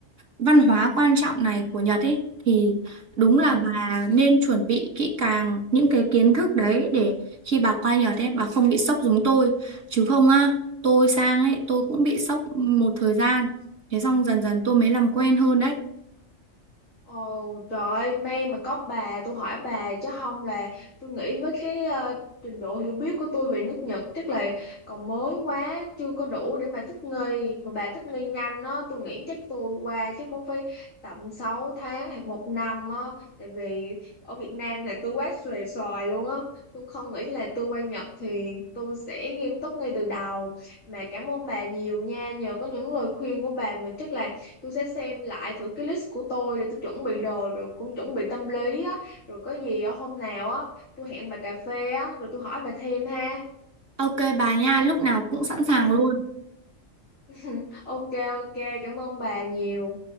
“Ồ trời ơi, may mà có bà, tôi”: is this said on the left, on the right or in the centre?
Left